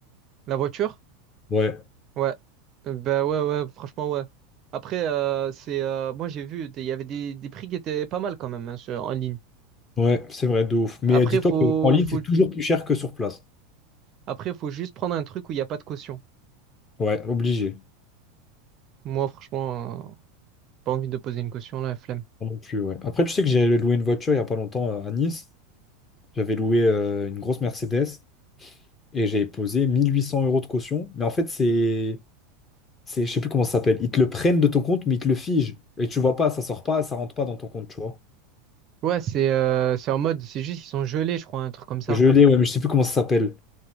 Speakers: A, on the right (about 30°); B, on the left (about 15°).
A: La voiture?
B: Ouais,
A: Ouais. Euh, Ben ouais, ouais, franchement, ouais. Après, euh, c'est, euh, moi j'ai vu, des- il y avait des, des prix qui étaient pas mal quand même hein, sur- en ligne.
B: ouais, c'est vrai, de ouf. Mais
A: Après,
B: euh, dis-toi
A: faut,
B: que en ligne,
A: faut,
B: c'est toujours plus cher que sur place.
A: après, faut juste prendre un truc où il n'y a pas de caution.
B: Ouais, obligé.
A: Moi, franchement, euh, pas envie de poser une caution là, flemme.
B: Moi Non plus, ouais. Après, tu sais que j'ai loué une voiture il n'y a pas longtemps euh, à Nice. J'avais loué euh, une grosse Mercedes et j'ai posé 1800 euros de caution. Mais en fait, c'est. c'est- Je sais plus comment ça s'appelle. Ils te le prennent de ton compte, mais ils te le figent. Et tu vois pas, ça sort pas, ça rentre pas dans ton compte, tu vois.
A: Ouais, c'est, euh, c'est en mode, c'est juste ils sont gelés, je crois, un truc comme ça.
B: Je l'ai, ouais, mais je sais plus comment ça s'appelle.